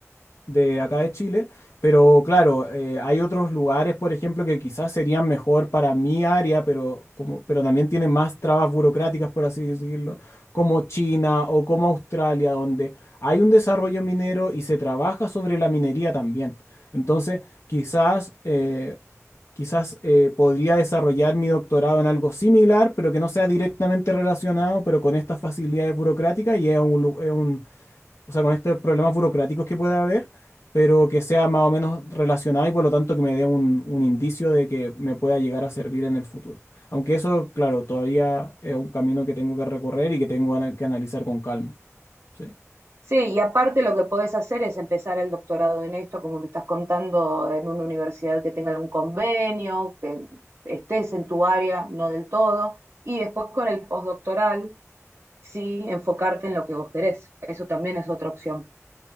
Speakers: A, on the left (about 60°); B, on the right (about 50°).
A: de acá de Chile, pero claro, eh, hay otros lugares, por ejemplo, que quizás serían mejor para mi área, pero, como, pero también tienen más trabas burocráticas, por así decirlo, como China o como Australia, donde hay un desarrollo minero y se trabaja sobre la minería también. Entonces, quizás, eh, quizás eh, podría desarrollar mi doctorado en algo similar, pero que no sea directamente relacionado, pero con estas facilidades burocráticas y es un, lu- es un o sea, con estos problemas burocráticos que pueda haber, pero que sea más o menos relacionado y por lo tanto que me dé un, un indicio de que me pueda llegar a servir en el futuro. Aunque eso, claro, todavía es un camino que tengo que recorrer y que tengo ana- que analizar con calma. Sí.
B: Sí, y aparte lo que podés hacer es empezar el doctorado en esto, como me estás contando, en una universidad que tenga algún convenio, que estés en tu área, no del todo, y después con el postdoctoral, sí, enfocarte en lo que vos querés. Eso también es otra opción.